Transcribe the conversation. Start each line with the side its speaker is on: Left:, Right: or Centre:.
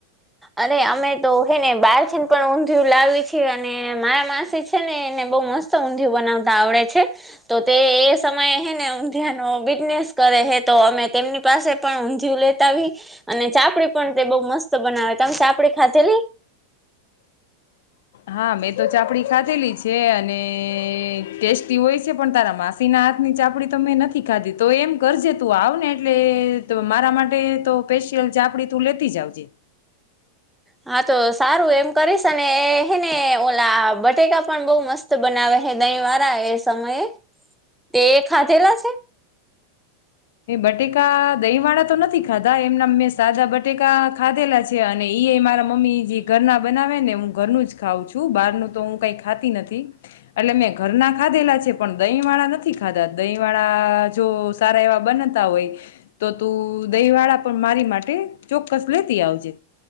Centre: અરે અમે તો હેને બારથીન પણ ઊંધિયું લાવી છીએ અને માર માસી છે ને એને બઉ મસ્ત ઊંધિયું બનાવતા આવડે છે તો તે એ સમયે હેને ઊંધીયાનો બિઝનેસ કરે હે તો અમે તેમની પાસે પણ ઊંધિયું લેતાવી અને ચાપડી પણ તે બઉ મસ્ત બનાવે તમ પાપડી ખાધેલી?
Left: હા મેં તો ચાપડી ખાધેલી છે અને ટેસ્ટી હોય છે પણ તારા માસીના હાથની ચાપડી તો મેં નથી ખાધી તો એમ કરજે તું આવને એટલે તો મારા માટે તો પેશિયલ ચાપડી તું લેતી જ આવજે.
Centre: હા તો સારું એમ કરીશ અને હે ને ઓલા બટેકા પણ બઉ મસ્ત બનાવે હે દહીં વાળા એ સમયે. તે એ ખાધેલા છે?
Left: બટેકા દહીં વાળા તો નથી ખાધા એમનામ મેં સાદા બટેકા ખાધેલા છે અને ઈએ મારા મમ્મી જે ઘર ના બનાવે ને હું ઘરનું જ ખાઉં છું બહાર ન તો હું કઈ ખાતી નથી એટલે મેં ઘર ના ખાધેલા છે પણ દહીં વાળા નથી ખાધા દહીં વાળા જો સારા એવા બનતા હોય તો તું દહી વાળા પણ મારી માટે ચોક્કસ લેતી આવજે.